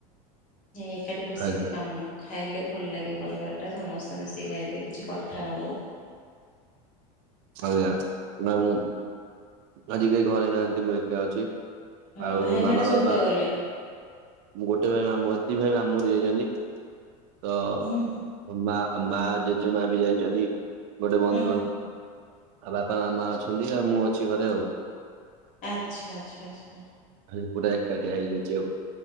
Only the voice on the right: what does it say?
ଆଜ୍ଞା
ଆଜ୍ଞା। ଆଉ ଆଜି କେହି ଘରେ ନାହାଁନ୍ତି, ମୁଁ ଏକା ଅଛି
ଆଉ
ମାମା
ବାବା।
ମୁଁ ଗୋ ଗୋଟେ ଭାଇ ମାମୁଁଘର ଦି ଭାଇ ମାମୁଁଘରକୁ ଯାଇଚନ୍ତି। ତ
ମା ଆଉ ମା, ଜେଜେ ମା ବି ଯାଇଚନ୍ତି ଗୋଟେ ବନ୍ଧୁ
ଘର ଆଉ ବାପା ମାମା ଅଛନ୍ତି, ଆଉ ମୁଁ ଅଛି ଘରେ ଆଉ।
ଆଜି ପୁରା ଏକାଟିଆ ହେଇଯାଇଛି ଆଉ।